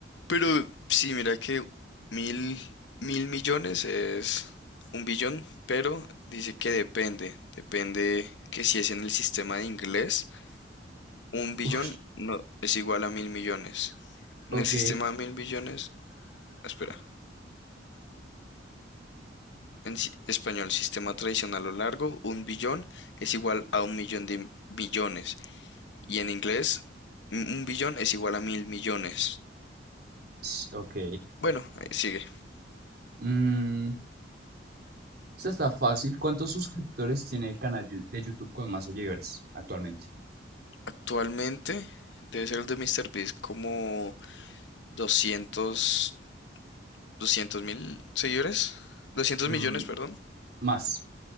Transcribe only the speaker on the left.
pero sí, mira que mil, mil millones es un billón, pero dice que depende. Depende que si es en el sistema de inglés, un billón
no es igual a mil millones.
En el sistema de mil billones, espera, en si- español, sistema tradicional o largo, un billón es igual a un millón de millones. Y en inglés, un un billón es igual a mil millones.
Bueno, eh, sigue.
Actualmente debe ser el de MrBeast como 200 200 mil seguidores. doscientos
millones, perdón.